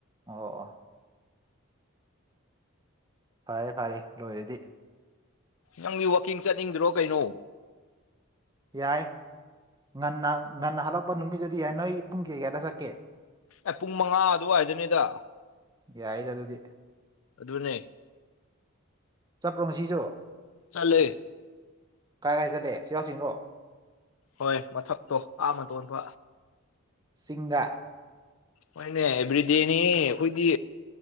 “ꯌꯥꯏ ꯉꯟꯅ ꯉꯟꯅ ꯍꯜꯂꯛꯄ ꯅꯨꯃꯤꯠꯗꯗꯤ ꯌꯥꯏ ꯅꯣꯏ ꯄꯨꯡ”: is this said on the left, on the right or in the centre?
Right